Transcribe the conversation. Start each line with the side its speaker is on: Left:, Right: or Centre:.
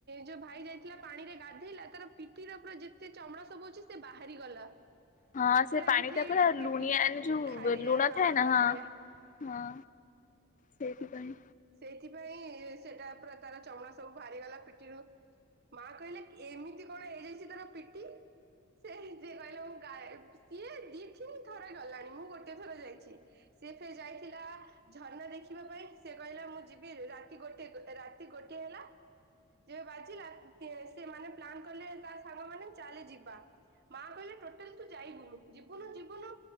Right: ଯୋଉ ଭାଇ ଯାଇଥିଲା ପାଣିରେ ଗାଧେଇଲା ତାର ପିଠିର ପୁରା ଯେତେ ଚମଡା ସବୁ ଅଛି ସେ ବାହାରି ଗଲା।
Left: ହଁ ସେ
Right: ପୁରା
Left: ପାଣି
Right: ଏମିତି
Left: ଟା
Right: ହେଇକି
Left: ପୁରା
Right: ତା
Left: ଲୁଣିଆ
Right: ପିଟି
Left: ଏଇନା ଯଉ
Right: ଖାରିଆ
Left: ଲୁଣ ଥାଏ ନା ହଁ।
Right: ଖାରିଆ।
Left: ହଁ ସେଇଥିପାଇଁ।
Right: ସେଇଥିପାଇଁ ସେଟା ପୁରା ତାର ଚମଡା ସବୁ ବାହାରିଗଲା ପିଠରୁ। ମା କହିଲେ ଏମିତି କଣ ହେଇଯାଇଛି ତୋର ପିଠି? ସେ ଯିଏ କହିଲା ମୁଁ ଗାଏ ସିଏ ଦି ତିନି ଥର ଗଲାଣି ମୁଁ ଗୋଟେ ଥର ଯାଇଛି। ସେଏ ଫେର ଯାଇଥିଲା ଝର୍ଣା ଦେଖି ଦେଖିବା ପାଇଁ, ସେ କହିଲା ମୁଁ ଯିବି ରାତି ଗୋଟଏ ରାତି ଗୋଟିଏ ହେଲା। ଯେବେ ବାଜିଲା ତେନ୍ ସେମାନେ ପ୍ଲାନ୍ କଲେ ତା ସାଙ୍ଗ ମାନ ଚାଲେ ଯିବା। ମା କହିଲେ ଟୋଟାଲ ତୁ ଯାଇବୁନୁ ଯିବୁନୁ ଯିବୁନୁ